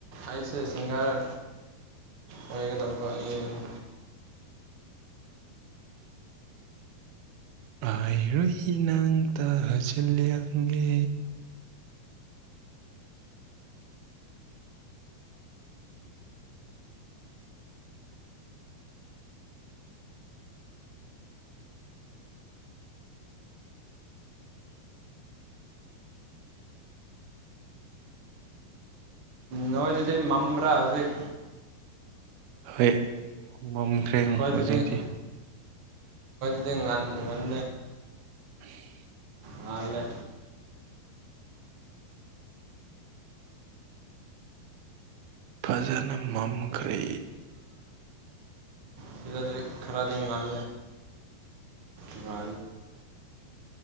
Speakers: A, on the right; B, on the right.
A: ꯑꯩꯁꯦ ꯁꯤꯡꯒꯔ ꯑꯣꯏꯒꯗꯧꯕ ꯑꯗꯨꯩꯅ
B: ꯍꯥꯏꯔꯨ ꯅꯪ ꯇ ꯍꯖꯤꯂꯪꯒꯦ
A: ꯅꯣꯏ ꯗꯦꯜꯂꯤ ꯃꯝꯕ꯭ꯔꯥ ꯍꯧꯖꯤꯛ
B: ꯍꯣꯏ ꯃꯝꯈ꯭ꯔꯦ
A: ꯑꯩꯈꯣꯏꯗꯗꯤ
B: ꯍꯧꯖꯤꯛꯇꯤ
A: ꯉꯥꯟ ꯉꯥꯟ
B: <inaudible>
A: ꯃꯥꯂ
B: ꯐꯖꯅ ꯃꯝꯈ꯭ꯔꯦ
A: ꯁꯤꯂꯗꯤ ꯈꯔꯗꯤꯅ ꯉꯜ ꯉ